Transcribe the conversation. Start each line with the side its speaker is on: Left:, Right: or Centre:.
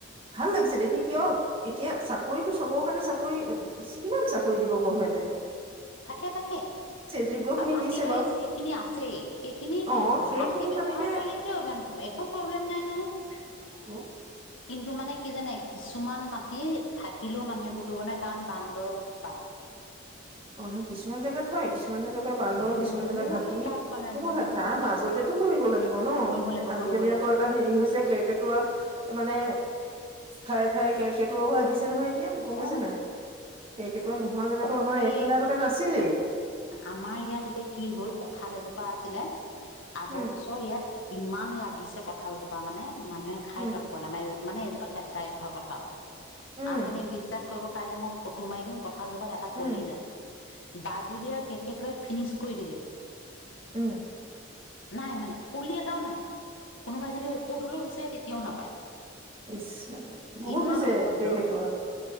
Right: ভাল লাগিছে দেখি কিয় এতিয়া চাকৰিতটো চবৰ কাৰণে চাকৰি কিমান চাকৰি দিব গভমেণ্টে
Left: থাকে থাকে
Right: যোগ্য খিনিক
Left: আৰু মাটি
Right: দিছে
Left: বাৰী
Right: বাৰু
Left: যিখিনি আছে সেইখিনি
Right: অ সেইখিনি
Left: ভালকে ব্যৱহাৰ
Right: ভাবিতে
Left: কৰিলে কিয় ই একো প্ৰব্লেম নাই নহয়
Right: <inaudible>
Left: কিন্তু মানে কি জানে কিছুমান মাটি থাকিলেও মানুহেবোৰ কৰিব নোৱাৰে কাৰণ বান্দৰৰ উৎপাত
Right: অ নহয় কিছুমান জেগাত হয় কিছুমান কিছুমান জেগাত বান্দৰ
Left: বহুত
Right: কিছুমান জেগাত হাতী
Left: উৎপাত মানে
Right: হেনেকুৱা
Left: বহুত
Right: তাৰ
Left: উৎপাত
Right: মাজতেটো কৰিব লাগিব ন
Left: কৰিব লাগিব
Right: আজিকালি
Left: কৰিব লাগিব
Right: আকৌ এটা হেৰি হৈছে কেৰ্কেটুৱাই মানে ঠায়ে ঠায়ে কেৰ্কেটুৱাও আহিছে নহয় এতিয়া গম
Left: অ
Right: পাইছে নাই কেৰ্কেটুৱা নোহোৱা জেগাতো আমাৰ এইফালে
Left: উ
Right: আগতে নাছিলেই
Left: আমাৰ ইয়াত এতিয়া কি হ'ল ভাল এজোপা আছিলে আগৰ
Right: উম
Left: বছৰ ইয়াত ইমান লাগে লাগিছে কঁঠালজোপা মানে মানুহে খাই
Right: উম
Left: তৎপোৱা নাই মানে কেঁচাইখোৱা কথাাল
Right: উম
Left: আপুনি বিশ্বাস কৰিব কাইলৈ মই ফটো মাৰি দিম ক কথা যগাত এটা
Right: উম,
Left: কলি নাই বাদুলিয়াৰ কেকেটোৱে ফিনিছ কৰি দিলে
Right: উম
Left: নাই মানে কলি এটাও নাই কোনোবাই যদি ঔষধ হলেও বিচাৰে তেতিয়া কোনেও নাপায়
Right: ইচ্ছা বহুত
Left: ইমান
Right: হৈছে
Left: উপদ্ৰৱ
Right: কেই কেইটা